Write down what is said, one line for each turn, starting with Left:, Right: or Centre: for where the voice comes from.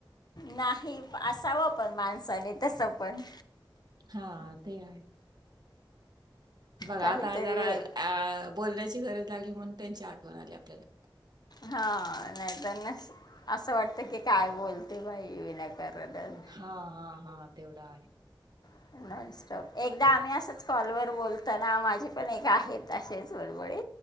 Left: नाही असावं पण माणसाने तसं पण
Right: हा ते आहे. बघा
Left: काहीतरी
Right: आता जरा
Left: वे
Right: अ बोलण्याची गरज लागली म्हणून त्यांची आठवण आली आपल्याला
Left: हा नाहीतर न असं वाटत की काय बोलते बाई विना कॅरडल.
Right: हा हा हा तेवढा आहे.
Left: <inaudible> एकदा आम्ही असंच कॉलवर बोलताना माझे पण एक आहेत असेच वळबळी